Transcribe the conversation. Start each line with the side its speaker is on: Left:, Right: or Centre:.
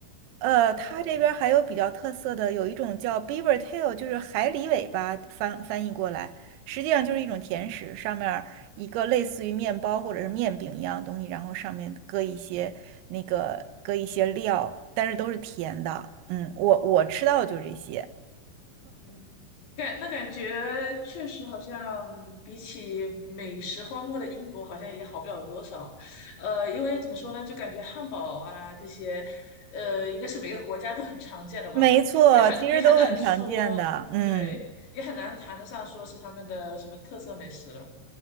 Right: 呃，
Left: 哦，
Right: 它这边儿还有比较特色的，有一种叫 beaver tail，就是海狸尾巴翻翻译过来，实际上就是一种甜食，上面儿一个类似于面包或者是面饼一样的东西，然后上面搁一些那个搁一些料，但是都是甜的。嗯，我我吃到的就是这些，
Left: 嗯，感那感觉确实好像比起美食荒漠的英国，好像也好不了多少。呃，因为怎么说呢，就感觉汉堡啊这些，呃，应该是每个国家都很常见的吧，
Right: 没错，
Left: 也很也很难说，
Right: 其实都很常见的。嗯，
Left: 对，也很难谈得上说是他们的什么特色美食了。